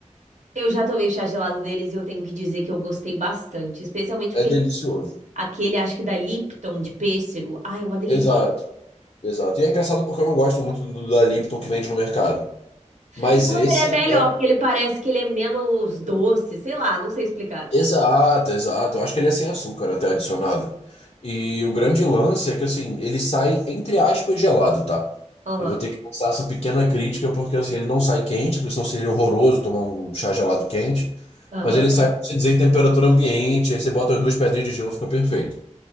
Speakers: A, on the right; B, on the left.
A: Eu já tomei chá gelado deles e eu tenho que dizer que eu gostei bastante, especialmente
B: É
A: porque
B: delicioso.
A: ele- aquele, acho que da Lipton, de pêssego. Ai, é uma delícia.
B: Exato, exato. E é engraçado porque eu não gosto muito do da Lipton que vende no mercado. Mas
A: Não, mas
B: esse
A: ele é melhor,
B: é
A: porque ele parece que ele é menos doce, sei lá, não sei explicar.
B: Exato, exato. Eu acho que ele é sem açúcar até adicionado. E o grande lance é que assim, ele sai entre aspas gelado, tá?
A: Aham,
B: Eu vou ter que lançar essa pequena crítica porque assim, ele não sai quente, porque senão seria horroroso tomar um chá gelado quente,
A: aham.
B: mas ele sai, vamos dizer, em temperatura ambiente, aí você bota as duas pedrinhas de gelo, fica perfeito.